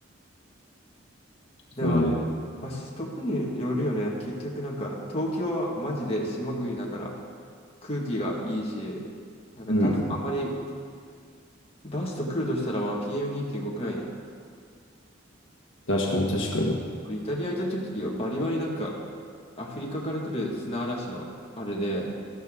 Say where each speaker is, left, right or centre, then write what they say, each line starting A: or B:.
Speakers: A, on the left; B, on the left.
A: でも、
B: そうね。
A: 場所とかによるよね。結局なんか、東京はマジで島国だから、空気がいいし、なんかだ、
B: うん、
A: あまり、ダスト来るとしたら、まあ、PM2.5 くらいやん。
B: 確かに確かに。
A: 俺、イタリア行った時はバリバリなんか、アフリカから来る砂嵐の、あれで、